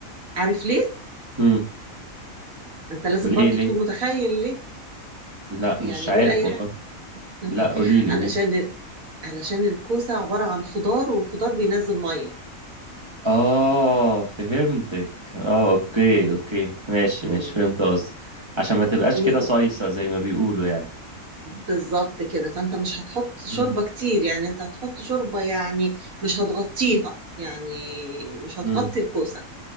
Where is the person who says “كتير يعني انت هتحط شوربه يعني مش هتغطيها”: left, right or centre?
Right